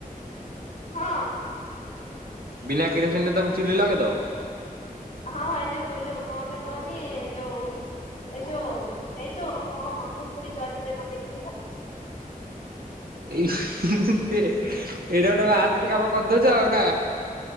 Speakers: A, on the left (about 65°); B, on the right (about 85°).
A: ହଁ।
B: ବିନା କିରୋସିନି ତମେ ଚୁଲି ଲଗେଇଦବ?
A: ହଁ ଏ ଯୋଉ ଏ ଯୋଉ କଣ ଟା କହନି ଏ ଯୋଉ ଏ ଯୋଉ ଏ ଯୋଉ କଁ କୁରକୁରୀ ଜରିରେ ଲଗେଇଦେବି ବା।
B: ଇସ୍ ଏ ଏଇଟା ଗୋଟେ ବାହାଦୁରି କାମ କରିଦଉଚ ଆଉ ନା?